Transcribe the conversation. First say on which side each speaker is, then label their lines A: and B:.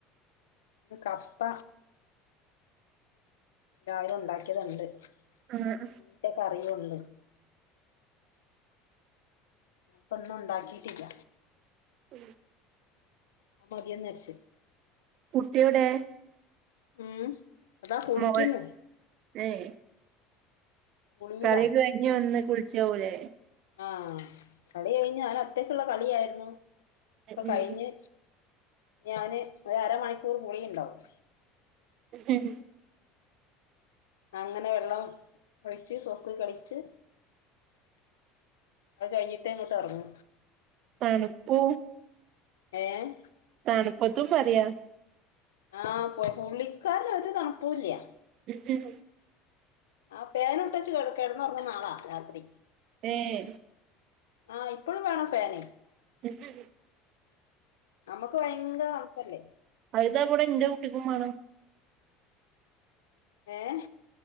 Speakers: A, on the left; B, on the right.
A: ഇന്ന് കപ്പ രാവിലെ ഉണ്ടാക്കിയത്ണ്ട്
B: ആഹ് ആഹ്
A: മീൻന്റെ കറിയുണ്ട് അപ്പ ഒന്നും ഉണ്ടാക്കിട്ടില്ല
B: ഉം
A: പ്പൊതിന്ന് രിച്ച്
B: കുട്ടിയെ വിടെ.
A: ഉം അതാ കുളിക്കിന്ന്.
B: മോൾ ഏഹ്.
A: കുളിയിലാ
B: കളിഒക്കെ കയ്ഞ്ഞ് വന്ന് കുളിച്ചാവൂലെ.
A: ആഹ് കളി കയ്ഞ്ഞ് ഓൻ ഒറ്റക്ക്ള്ള കളിയായിരുന്നു ഇപ്പൊ
B: ഉം
A: കയിഞ്ഞ് ഞാന് ഒര അരമണിക്കൂർ കുളിയിണ്ടാവും.
B: ഉം
A: അങ്ങനെ വെള്ളം ഒഴിച്ച് സോപ്പ് കളിച്ച് അഹ് കയ്ഞ്ഞിട്ടേ ഇങ്ങോട്ട് എറങ്ങൂ.
B: തണുപ്പൂ.
A: ഏഹ്
B: തണ്പ്പത്തുംപറയാ.
A: ആഹ് പുള്ളിക്കാരന് ഒര് തണുപ്പുല്യാ.
B: <inaudible>
A: ആ ഫേനുട്ടച്ച് കെട കെടന്നുറങ്ങും നാളാ രാത്രി.
B: ഏഹ്.
A: ആ ഇപ്പളും വേണം ഫേന്.
B: <inaudible>
A: അമ്ക്ക് ഭയങ്കര തൺപ്പല്ലേ.
B: അഹ്തവ്ടെ ഇന്റെ കുട്ടിക്കുംമാണം.
A: ഏഹ്.